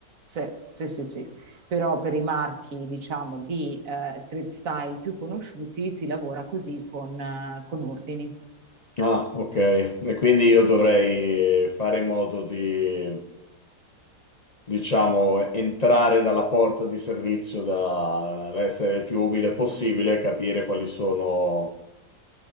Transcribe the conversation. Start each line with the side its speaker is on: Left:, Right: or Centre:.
Right: Sì, sì, sì, sì. Però per i marchi, diciamo, di eh, street style più conosciuti si lavora così con, eh, con ordini.
Left: Ah, ok. E quindi io dovrei fare in modo di diciamo, entrare dalla porta di servizio, da essere il più umile possibile, capire quali sono,